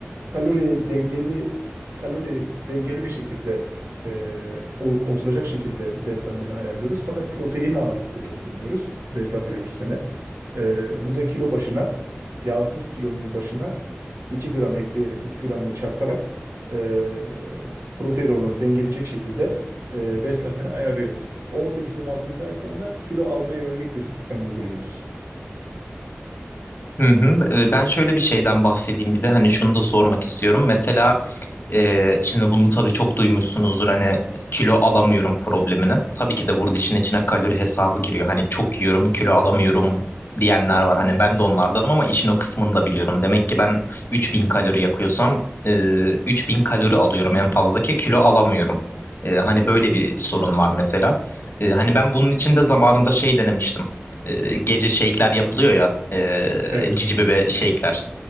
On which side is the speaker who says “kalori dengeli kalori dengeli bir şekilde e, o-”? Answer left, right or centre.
Right